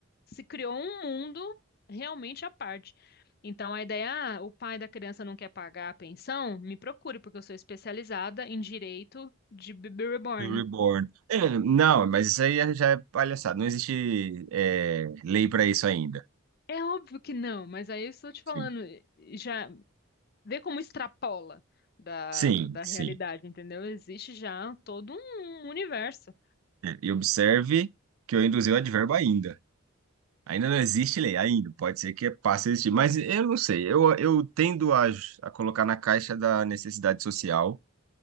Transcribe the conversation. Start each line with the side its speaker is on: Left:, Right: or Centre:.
Left: se criou um mundo realmente à parte. Então a ideia, ah, o pai da criança não quer pagar a pensão, me procure, porque eu sou especializada em direito de bebê reborn.
Right: Reborn. É, não, mas isso aí é- já é palhaçada. Não existe é, lei para isso ainda.
Left: É óbvio que não, mas aí eu estou te falando,
Right: Sim,
Left: eh, já Vê como extrapola da,
Right: sim,
Left: da
Right: sim.
Left: realidade, entendeu? Existe já todo um universo.
Right: É, E observe que eu induzi o advérbio ainda. Ainda não existe lei, ainda. Pode ser que passe a existir, mas eu não sei. Eu, eu tendo a, a colocar na caixa da necessidade social,